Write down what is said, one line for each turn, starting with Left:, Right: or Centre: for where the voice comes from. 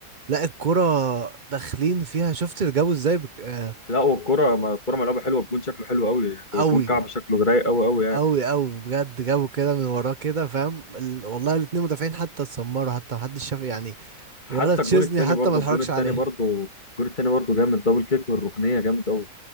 Right: لا الكرة داخلين فيها شفت اللي جابوا ازاي بك... آه،
Left: <laughs> لا والكره ما الكره ملعوبه حلوه الجون شكله حلو قوي
Right: قوي
Left: الجون كعب شكله رايق قوي قوي يعني
Right: قوي قوي بجد جابوا كده من وراه كده فاهم ال... والله الاتنين مدافعين حتى اتسمروا حتى محدش شاف يعني
Left: حتى
Right: ولا تشيزني
Left: الجون التاني
Right: حتى
Left: برضه
Right: ما اتحركش
Left: الجون التاني
Right: عليها
Left: برضه الجون التاني برضه جامد دبل كيك من الركنيه جامد قوي